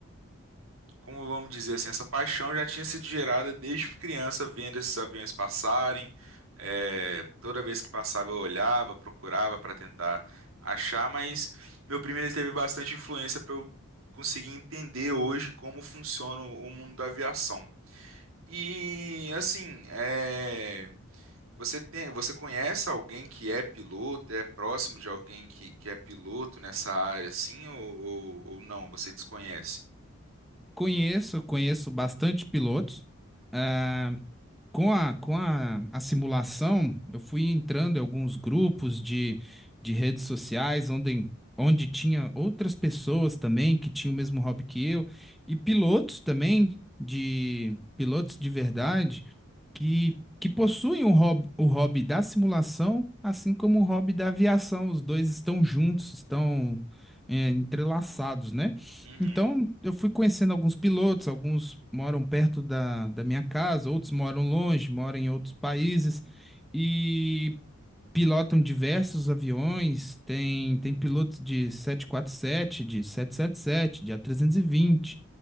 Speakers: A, on the right; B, in the centre.
A: como vamos dizer assim, essa paixão já tinha sido gerada desde criança, vendo esses aviões passarem. É, toda vez que passava, eu olhava, procurava para tentar achar, mas meu primo ele teve bastante influência para eu conseguir entender hoje como funciona o mundo da aviação. E assim, é, você tem, você conhece alguém que é piloto, é próximo de alguém que, que é piloto nessa área, assim, ou, ou, ou não? Você desconhece?
B: Conheço, conheço bastante pilotos. ah, Com a, com a, a simulação, eu fui entrando em alguns grupos de, de redes sociais onde, onde tinha outras pessoas também que tinham o mesmo hobby que eu, e pilotos também, de pilotos de verdade, que, que possuem o hobby, o hobby da simulação, assim como o hobby da aviação. Os dois estão juntos, estão, eh, entrelaçados, né?
A: Uhum,
B: Então, eu fui conhecendo alguns pilotos, alguns moram perto da, da minha casa, outros moram longe, moram em outros países e pilotam diversos aviões. Tem, tem pilotos de 747 de sete sete sete de a trezentos e vinte